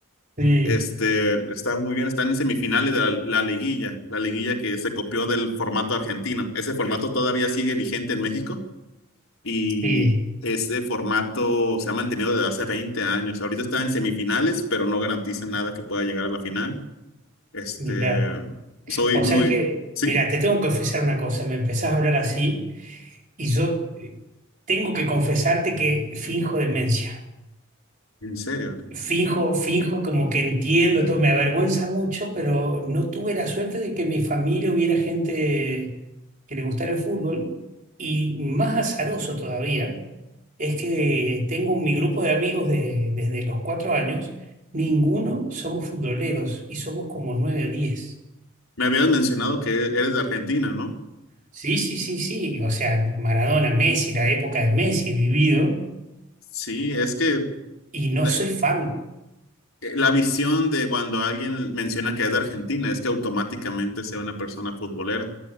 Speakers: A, on the right; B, on the left.
A: Sí,
B: este, está muy bien. Están en semifinales de la, la liguilla, la liguilla que se copió del formato argentino. Ese formato todavía sigue vigente en México y
A: sí,
B: ese formato se ha mantenido desde hace 20 años. Ahorita está en semifinales, pero no garantiza nada que pueda llegar a la final. Este,
A: mira,
B: soy
A: vos
B: muy,
A: sabés que,
B: sí,
A: mira, te tengo que confesar una cosa, me empezás a hablar así y yo eh, tengo que confesarte que finjo demencia,
B: en serio.
A: finjo, finjo como que entiendo todo, me avergüenza mucho, pero no tuve la suerte de que en mi familia hubiera gente que le gustara el fútbol y más azaroso todavía Es que tengo mi grupo de amigos de- desde los cuatro años, ninguno somos futboleros y somos como nueve o diez.
B: Me habías mencionado que eres de Argentina, ¿no?
A: Sí, sí, sí, sí. O sea, Maradona, Messi, la época de Messi he vivido
B: Sí, es que
A: y no
B: la
A: soy fan.
B: la visión de cuando alguien menciona que es de Argentina es que automáticamente sea una persona futbolera.